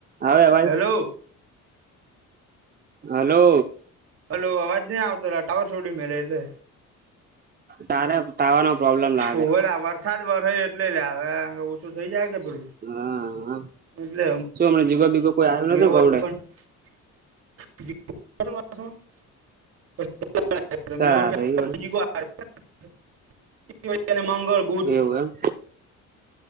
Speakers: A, on the right (about 30°); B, on the right (about 50°).
A: આવે અવાજ
B: hello
A: hello.
B: Hello અવાજ નહી આવતો ટવર સોડી્યું મેલે એટલે
A: તારા તવા નો પ્રોબલેમાગ
B: શું હેલા વરસાદ વરસ એટલે લે આવે ઓછું થઈ જાય કે પેલું
A: હા
B: એટલે
A: શું હમણા જીગો બીગો કોઈ આવ્યું
B: <unintelligible>
A: નતું ગમડે
B: <inaudible>
A: તાર એવું
B: <inaudible>
A: એવું એમ